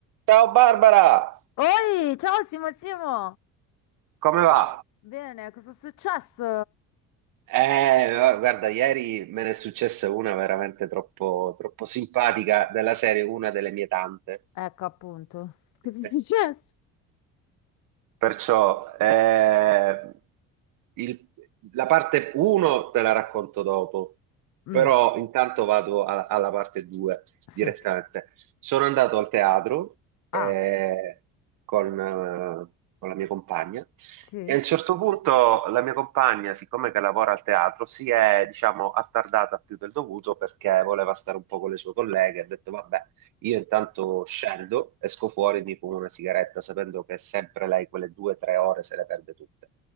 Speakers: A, on the right (about 65°); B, on the left (about 60°).
A: Ciao Barbara,
B: Oi, ciao Simo Simo!
A: come va?
B: Bene, cosa è successo?
A: Eh, va- guarda, ieri me ne è successa una veramente troppo, troppo simpatica della serie, una delle mie tante.
B: Ecco appunto. Cosa è successo?
A: <laughs> Perciò eh, il- la parte 1 te la racconto dopo,
B: Mm,
A: però intanto vado a- alla parte 2
B: sì.
A: direttamente. Sono andato al teatro eh,
B: Ah,
A: con, eh, con la mia compagna
B: sì?
A: e a un certo punto la mia compagna, siccome che lavora al teatro, si è, diciamo, attardata più del dovuto perché voleva stare un po' con le sue colleghe. Ha detto, vabbè, io intanto scendo, esco fuori e mi fumo una sigaretta, sapendo che sempre lei quelle due o tre ore se le perde tutte.